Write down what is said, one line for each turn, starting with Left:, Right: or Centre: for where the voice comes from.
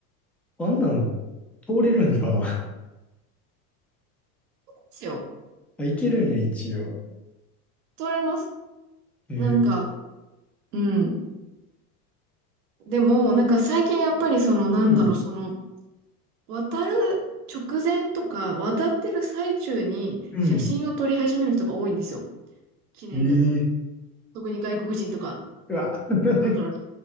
Centre: あんなん通れるんかな
Right: しよ
Centre: <laughs> あ、いけるんや、一応。
Right: う。通れます。
Centre: えー、
Right: なんか、うん。でも、なんか最近やっぱりその、なんだろう、
Centre: うん。
Right: その、渡る直前とか、渡ってる最中に写真を撮り始める人が多いんですよ。
Centre: うん。
Right: 記念で。
Centre: えー、
Right: 特に外国人とか。
Centre: うわ。<laughs>
Right: だから、